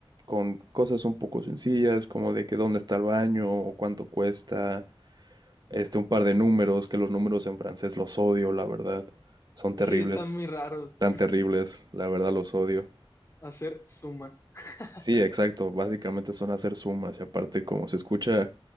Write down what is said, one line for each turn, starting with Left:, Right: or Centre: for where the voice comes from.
Right: con cosas un poco sencillas, como de que dónde está el baño o cuánto cuesta, este, un par de números, que los números en francés los odio, la verdad. Son terribles,
Left: Sí, están muy raros
Right: tan terribles, la verdad los odio.
Left: hacer sumas. <laughs>
Right: Sí, exacto. Básicamente son hacer sumas y aparte como se escucha